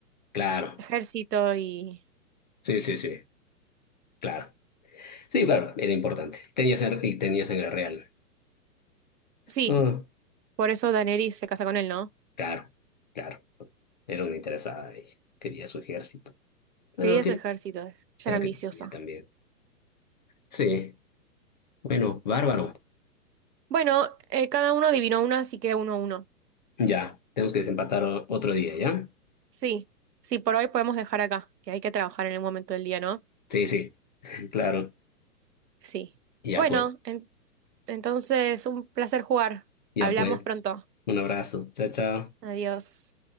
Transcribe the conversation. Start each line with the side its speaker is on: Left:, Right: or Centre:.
Left: Claro.
Right: ejército y...
Left: Sí, sí, sí. Claro. Sí, claro, era importante. Tenía sangre, y tenía sangre real.
Right: Sí,
Left: Ah,
Right: por eso Daenerys se casa con él, ¿no?
Left: claro, claro. Era una interesada ella. Quería su ejército. Bueno,
Right: Quería
Left: lo quería.
Right: su ejército, eh, ya
Left: Era
Right: era
Left: lo
Right: ambiciosa.
Left: que quería también. Sí. Bueno, bárbaro.
Right: Bueno, eh, cada uno adivinó una, así que uno a uno.
Left: Ya. Tenemos que desempatar o- otro día, ¿ya?
Right: Sí, sí, por hoy podemos dejar acá, que hay que trabajar en el momento del día, ¿no?
Left: Sí, sí. <laughs> Claro.
Right: Sí.
Left: Ya
Right: Bueno,
Left: pues.
Right: en- entonces un placer jugar.
Left: Ya
Right: Hablamos
Left: pues.
Right: pronto.
Left: Un abrazo. Chao, chao.
Right: Adiós.